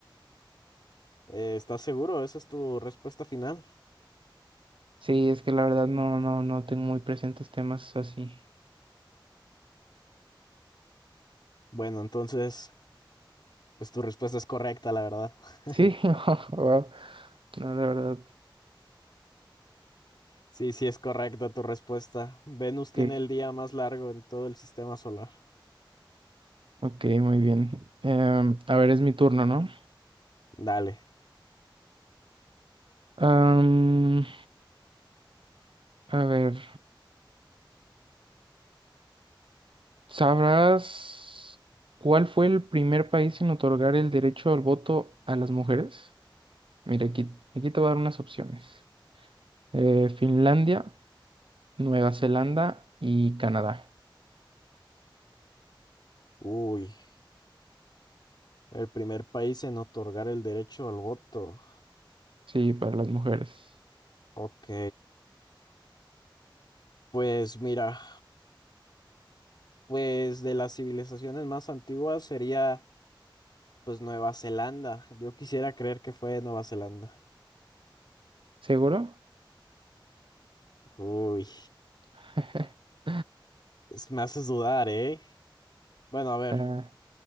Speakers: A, on the left (about 60°); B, on the right (about 80°).
A: Eh, ¿estás seguro? ¿Esa es tu respuesta final?
B: Sí, es que la verdad no, no, no tengo muy presentes temas así.
A: Bueno, entonces, pues tu respuesta es correcta, la verdad. <laughs>
B: Sí, <laughs> wow. No, la verdad.
A: Sí, sí es correcta tu respuesta. Venus tiene
B: Ok,
A: el día más largo en todo el sistema solar.
B: ok, muy bien. Em, a ver, es mi turno, ¿no?
A: Dale.
B: Am, a ver, ¿sabrás cuál fue el primer país en otorgar el derecho al voto a las mujeres? Mira, aquí, aquí te voy a dar unas opciones. Eh, Finlandia, Nueva Zelanda y Canadá.
A: Uy, el primer país en otorgar el derecho al voto.
B: Sí, para las mujeres.
A: Ok. Pues mira, pues de las civilizaciones más antiguas sería pues Nueva Zelanda. Yo quisiera creer que fue Nueva Zelanda.
B: ¿Seguro?
A: Uy.
B: <laughs>
A: Es- me haces dudar, ¿eh? Bueno, a ver,
B: Ah,